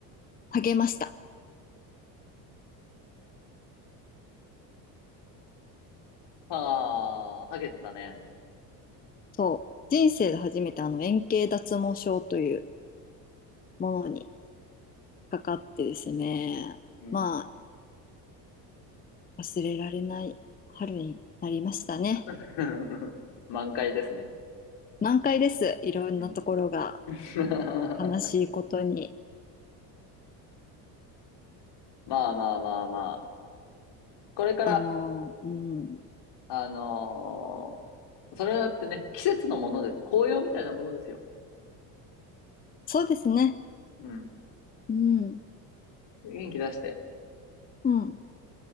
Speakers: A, on the left (about 20°); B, on the left (about 55°).
A: 励ました。
B: ああ、はげてたね。
A: そう、人生で初めてあの円形脱毛症というものにかかってですね、
B: うん。
A: まあ、忘れられない春になりましたね。
B: <laughs> 満開ですね。
A: 難解です。いろんなところが
B: うん <laughs>
A: 悲しいことに。
B: まあまあまあまあ。これから、
A: あの、うん、
B: あのーそれだってね、季節のものです。紅葉みたいなものですよ。
A: そうですね。
B: うん。
A: うん、
B: 元気出して、
A: うん、